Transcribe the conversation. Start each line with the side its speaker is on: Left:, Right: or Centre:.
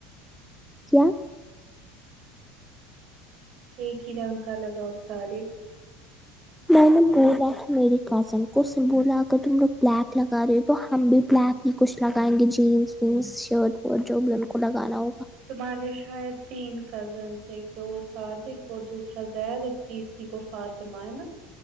Centre: کیا
Right: ایک ہی رن کا لگاؤ سارے
Centre: میں نے بولا ہے میرری کزن کو اس سے بولا اگر تم لوگ بلیک لگا رہے ہو تو ہم بھی بلیک ہی کچھ لگائیں گے جینس وینس شرٹ وورٹ جو بھی ان کو لگانا ہوگا
Right: تمہارے شاید تین کزنس ایک دو سعد ایک اور دوسرا زید تیسری تو مفطمہ ہے نا